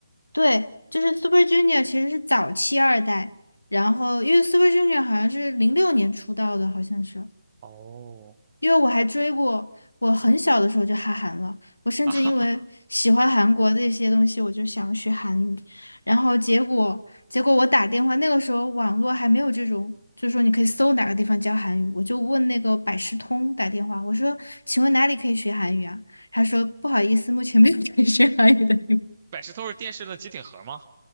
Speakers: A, on the left; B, on the right.
A: 对，就是 Super Junior 其实是早期二代，然后因为 Super Junior 好像是零六年出道的，好像是，
B: 哦，
A: 因为我还追过，我很小的时候就哈韩了，我甚至因为喜欢韩国这些东西，
B: 啊，
A: 我就想学韩语，然后结果结果我打电话，那个时候网络还没有这种，就是说你可以搜哪个地方教韩语，我就问那个百事通打电话，我说请问哪里可以学韩语啊？他说不好意思，目前没有可以 <laughs> 学韩语的地方。
B: 百事通是电视的机顶盒吗？